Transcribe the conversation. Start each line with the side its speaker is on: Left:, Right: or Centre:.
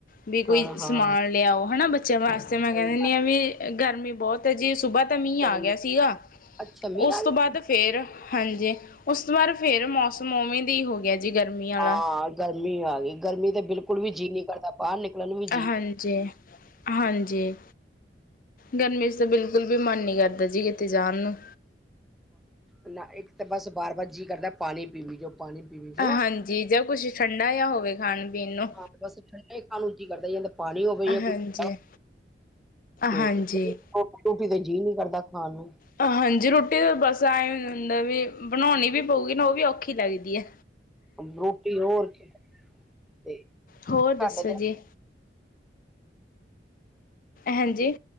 Left: ਵੀ ਕੋਈ
Centre: ਹਾਂ ਹਾਂ
Left: ਸਮਾਨ ਲਿਆਓ ਹੈਨਾ ਬੱਚਿਆਂ ਵਾਸਤੇ।
Centre: ਸਹੀ
Left: ਫੇਰ ਮੈਂ ਕੇਹ ਦਿੰਦੀ
Centre: ਗੱਲ
Left: ਆ ਵੀ ਗਰਮੀ ਬੋਤ ਜੀ ਸੁਬਾਹ ਤਾਂ ਮੀਂਹ ਆ
Centre: ਗਰਮੀ
Left: ਗਿਆ ਸੀਗਾ।
Centre: ਅੱਛਾ, ਮੀਹ
Left: ਉਸ
Centre: ਆ
Left: ਤੋਂ
Centre: ਗਿਆ
Left: ਬਾਅਦ
Centre: ਸੀਗਾ।
Left: ਫੇਰ ਹਾਂਜੀ, ਉਸ ਤੋਂ ਬਾਦ ਫੇਰ ਮੌਸਮ ਓਵੇਂ ਦੀ ਹੋ ਗਿਆ ਜੀ, ਗਰਮੀ ਆਲਾ।
Centre: ਹਾਂ ਗਰਮੀ ਆ ਗਈ, ਗਰਮੀ ਤੇ ਬਿਲਕੁਲ ਵੀ ਜੀਅ ਨੀਂ ਬਾਰ ਨਿਕਲਣ ਨੂੰ ਵੀ
Left: ਹਾਂਜੀ-ਹਾਂਜੀ, ਗਰਮ ਤੇ ਬਿਲਕੁਲ ਵੀ ਮਨ ਨੀ ਕਰਦਾ ਜੀ, ਕਿਤੇ ਜਾਣ ਨੂੰ।
Centre: ਨਾ ਇੱਕ ਤਾਂ ਬਸ ਬਾਰ-ਬਾਰ ਜੀਅ ਕਰਦਾ ਪਾਣੀ ਪੀਵ ਜੋ। ਪਾਣੀ ਪੀਵੀ ਜੋ
Left: ਹਾਂਜੀ, ਜਾਂ ਕੁਛ ਠੰਡਾ ਜਾ ਹੋਵੇ ਖਾਣ-ਪੀਣ ਨੂੰ।
Centre: ਹਾਂ ਬਸ, ਠੰਡਾ ਖਾਣ ਨੂੰ ਜੀ ਕਰਦਾ ਜਾਂਦਾ। ਪਾਣੀ ਹੋਵੇ ਯਾਂ ਕੁਛ
Left: ਹਾਂਜੀ
Centre: <unintelligible>
Left: ਹਾਂਜੀ
Centre: ਰੋਟੀ-ਰੂਟੀ ਤੇ ਜੀਅ ਨੀ ਕਰਦਾ ਖਾਣ ਨੂੰ।
Left: ਹਾਂਜੀ ਰੋਟੀ ਬਸ ਐਂ ਹੁੰਦਾ ਵੀ ਬਣਾਉਣੀ ਵੀ ਪਊਗੀ ਨਾ ਓਵੀ ਔਖੀ ਲੱਗਦੀ ਐ।
Centre: ਰੋਟੀ ਹੋਰ ਕੇ ਤੇ
Left: ਹੋਰ ਦੱਸੋ
Centre: ਸਾਡੇ ਤੇ
Left: ਜੀ। ਹਾਂਜੀ।